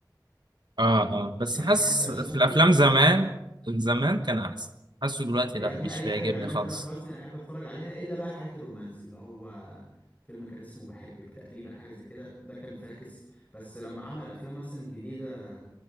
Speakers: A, on the right (about 65°); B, on the left (about 20°).
A: اه اه بس
B: يعني
A: حاسس
B: احب اشوفه
A: في
B: في
A: الافلام
B: الافلام
A: زمان زمان كان احسن حاسه دلوقتي
B: يا
A: لا
B: ابني
A: مش
B: اي
A: بيعجبني
B: حاجة بيعملها
A: خالص
B: تامر حسني انا احب اتفرج عليها الا بقى الحاجات الرومانسي اللي هو فيلم كان اسمه بحبك تقريبا حاجة زي كده ده كان فاكس بس لما عمل افلام مثلا جديدة